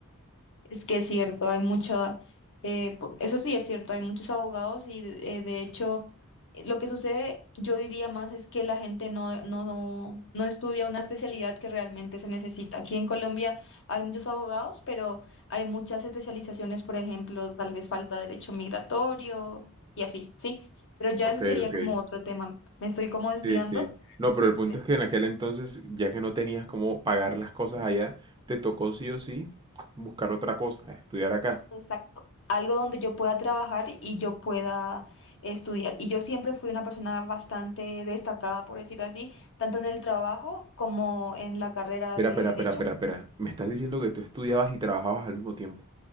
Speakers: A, on the left; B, on the right.
A: Es que es cierto, hay mucho, eh, po- eso sí es cierto, hay muchos abogados y de, eh, de hecho eh, lo que sucede, yo diría más, es que la gente no, no, no, no estudia una especialidad que realmente se necesita. Aquí en Colombia hay muchos abogados, pero hay muchas especializaciones, por ejemplo, tal vez falta derecho migratorio y así, ¿sí? Pero ya
B: Ok,
A: eso sería
B: ok.
A: como otro tema. Me estoy como
B: Sí,
A: desviando.
B: sí. No, pero el punto
A: Me-
B: es que en aquel entonces, ya que no tenías cómo pagar las cosas allá, te tocó sí o sí buscar otra cosa, estudiar acá.
A: Exacto. Algo donde yo pueda trabajar y yo pueda estudiar. Y yo siempre fui una persona bastante destacada, por decir así, tanto en el trabajo como en la carrera
B: Espera,
A: de
B: espera,
A: derecho.
B: espera, espera, espera. Me estás diciendo que tú estudiabas y trabajabas al mismo tiempo.